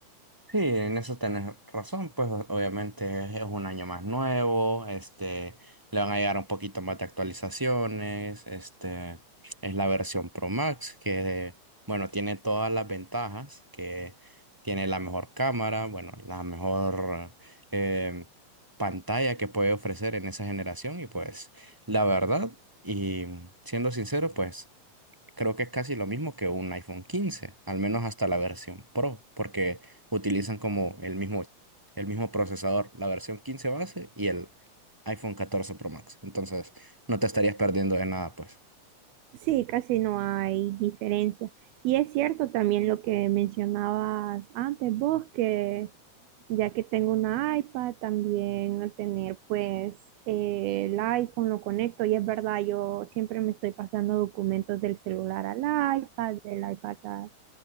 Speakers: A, in the centre; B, on the right.
A: Sí, en eso tenés razón, pues o- obviamente es es un año más nuevo, este, le van a llegar un poquito más de actualizaciones, este, es la versión Pro Max que, bueno, tiene todas las ventajas, que tiene la mejor cámara, bueno, la mejor eh, pantalla que puede ofrecer en esa generación y pues la verdad, y siendo sincero, pues creo que es casi lo mismo que un iPhone 15, al menos hasta la versión Pro, porque utilizan como el mismo, el mismo procesador, la versión 15 base y el iPhone 14 Pro Max. Entonces, no te estarías perdiendo de nada, pues.
B: Sí, casi no hay diferencia. Y es cierto también lo que mencionabas antes vos, que ya que tengo una iPad, también al tener pues eh, el iPhone lo conecto y es verdad, yo siempre me estoy pasando documentos del celular al iPad, del iPad a-